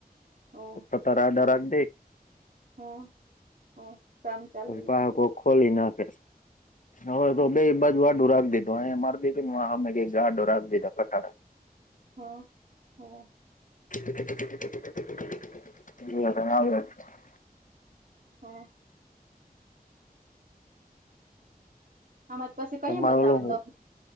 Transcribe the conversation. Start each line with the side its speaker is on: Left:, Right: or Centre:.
Right: હમ
Left: તાર ડરા દે.
Right: હમ. હમ કામ ચાલુ વિશે
Left: પાકો
Right: પછી
Left: ખોલી નાખે હવે તો
Right: હમ
Left: બે બાજુ વાડું રાખી દીધું અહીયા મારી દ આમે ગ જાાડોર આગ બધા પઠાડ.
Right: હા હા.
Left: જી હ
Right: હા. અમારી પાસે કઈ
Left: તમારે
Right: બતાવે
Left: ઓલું
Right: દ